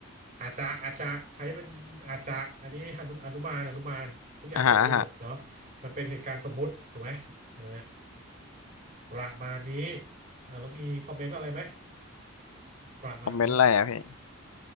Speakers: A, on the right; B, on the left.
A: อาจจะอาจจะใช้เป็นอาจจะอันนี้อนุอนุมานอนุมานทุกอย่างเกิดได้หมดเนาะ
B: อ่าฮะอ่าฮะ
A: มันเป็นเหตุการณ์สมมุติถูกไหมเออประมาณนี้อ่ะแล้วมีคอมเมนต์อะไรไหมประมาณนี้
B: คอมเมนต์อะไรอ่ะพี่